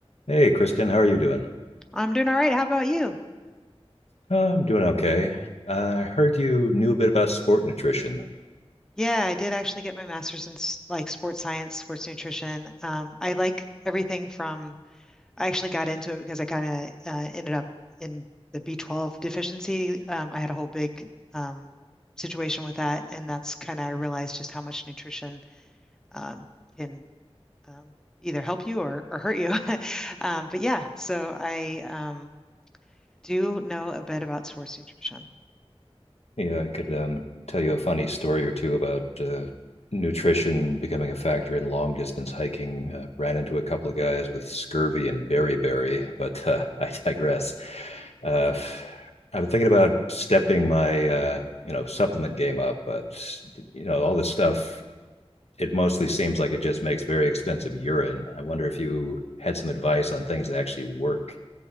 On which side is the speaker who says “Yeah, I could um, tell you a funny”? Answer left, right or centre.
Left